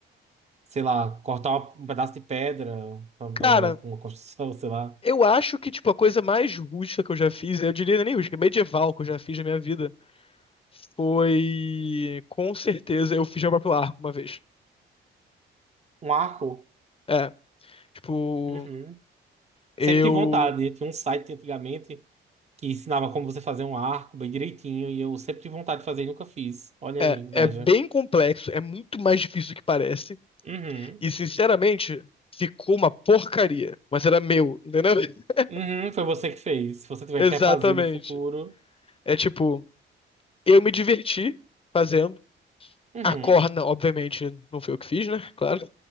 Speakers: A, on the right; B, on the left.
A: sei lá, cortar um pedaço de pedra pra pra
B: Cara,
A: levar pra uma construção, sei lá,
B: eu acho que, tipo, a coisa mais rústica que eu já fiz, eu diria nem rústica, medieval que eu já fiz na minha vida, foi, com certeza, eu fiz meu próprio arco uma vez.
A: um arco.
B: É, tipo,
A: Uhum.
B: Eu.
A: Sempre tive vontade, né? tinha um site antigamente que ensinava como você fazer um arco bem direitinho e eu sempre tive vontade de fazer e nunca fiz. Olha
B: É,
A: aí, inveja.
B: é bem complexo, é muito mais difícil do que parece.
A: Uhum.
B: E, sinceramente, ficou uma porcaria. Mas era meu, entendeu? <laughs>
A: Uhum, foi você que fez. Se você tiver
B: Exatamente.
A: quer fazer no futuro.
B: É tipo, eu me diverti fazendo.
A: Uhum,
B: A corna, obviamente, não foi eu que fiz, né? Claro.